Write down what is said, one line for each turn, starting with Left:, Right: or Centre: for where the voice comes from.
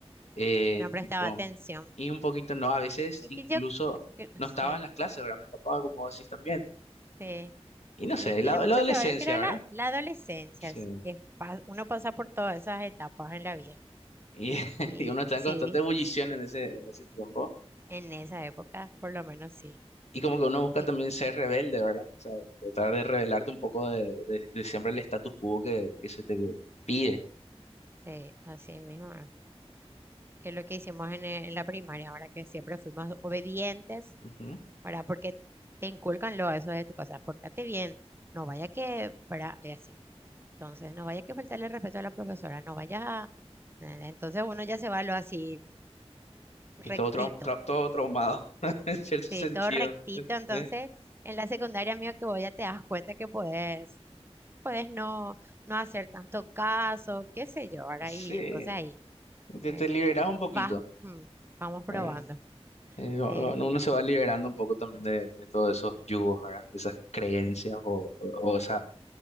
Left: eh,
Right: yo no prestaba
Left: tipo,
Right: atención.
Left: y un poquito no, a veces
Right: Y
Left: incluso
Right: que yo, que no
Left: no
Right: sé,
Left: estaba en las clases, ¿verdad? Me escapaba como así también.
Right: sí.
Left: Y no sé,
Right: Y tiene
Left: la,
Right: mucho
Left: la adolescencia,
Right: que ver, creo,
Left: ¿verdad?
Right: la, la adolescencia,
Left: Sí.
Right: así, de pa- uno pasa por todas esas etapas en la vida.
Left: Y, <laughs>
Right: Y
Left: y uno está
Right: sí.
Left: en constante ebullición en ese, en ese tiempo.
Right: En esa época, por lo menos sí.
Left: Y como que uno busca
Right: Y
Left: también ser rebelde, ¿verdad? O sea, tratar de rebelarte un poco de, de- de siempre el status quo que, que se te pide.
Right: sí así mismo, eh, que es lo que hicimos en, eh, en la primaria, ahora que siempre fuimos obedientes,
Left: Ujú.
Right: ¿verdad? Porque te inculcan lo eso de tu casa, pórtate bien, no vaya que, ¿verdad? Y así. Entonces, no vaya que faltarle el respeto a la profesora, no vaya a... ¿entendés? Entonces uno ya se va lo así
Left: Y
Right: rectito.
Left: todo, trau- trau- todo traumado, <laughs> en cierto
Right: Sí,
Left: sentido.
Right: todo rectito. Entonces,
Left: ¿eh?
Right: en la secundaria, amigo, que voy ya te das cuenta que puedes, puedes no, no hacer tanto caso, qué sé yo, ahora
Left: Sí,
Right: ahí. Entonces ahí
Left: te,
Right: eh,
Left: te liberas
Right: eh,
Left: un poquito,
Right: vas, mm, vamos
Left: ¿verdad?
Right: probando.
Left: Eh, o-
Right: Sí,
Left: o- uno se va liberando un poco también de, de todos esos yugos, ¿verdad? De esas creencias
Right: sí.
Left: o, o, o esa,